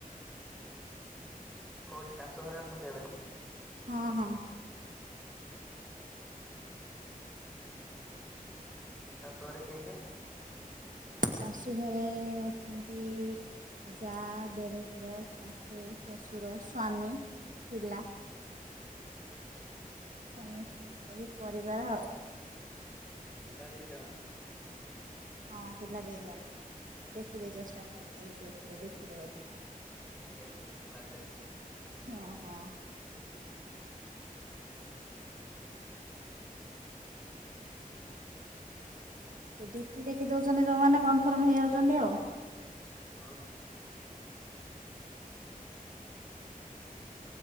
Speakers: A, in the centre; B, on the right.
A: କୋଉଠି ଶାଶୁ ଘରେ ଅଛନ୍ତି ଏବେ?
B: ହଁ ହଁ।
A: ଶାଶୂଘରେ କିଏ କିଏ?
B: ଶାଶୁ ଘରେ ଅଛନ୍ତି ଯା ଦେଢଶୁର ଶାଶୁ ଶ୍ୱଶୁର ସ୍ଵାମୀ ପିଲା।
A: ହ
B: ସମସ୍ତଙ୍କୁ ନେଇ ପରିବାର ଆଉ
A: <unintelligible>
B: ହଁ ପିଲା ଦିଜଣ ଦେଖି ଦେଇଛ ସ୍ଟାଟସ ଏଥି ଡିପିରେ ବୋଧେ।
A: <unintelligible>
B: ହଁ ହଁ। ଡିପି ଦେଖି ଦଉଛନ୍ତି ଯୋଉମାନେ କନଫର୍ମ ହେଇଯାଉଛନ୍ତି ଆଉ
A: କଣ କଣ